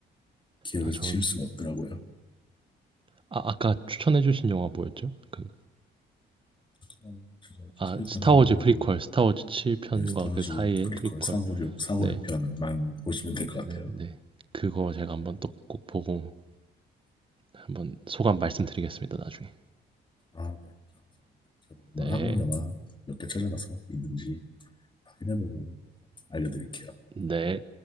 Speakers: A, on the left; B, on the right.
A: 기억에서
B: 아, 전,
A: 지울 수가 없더라고요.
B: 아, 아까 추천해주신 영화 뭐였죠? 그,
A: 어, 제가 추천했던
B: 아, 스타워즈
A: 게 아무래도
B: 프리퀄, 스타워즈 7편과
A: 네, 스타워즈
B: 그 사이의
A: 프리퀄
B: 프리퀄.
A: 456, 456편만
B: 네,
A: 보시면 될 것
B: 네,
A: 같아요.
B: 네. 그거 제가 한번 또 꼭 보고 한번 소감 말씀드리겠습니다, 나중에.
A: 아, 네. 감사합니다. 저도 한번
B: 네,
A: 한국 영화 몇 개 찾아봐서 있는지 확인해보고 알려드릴게요.
B: 네.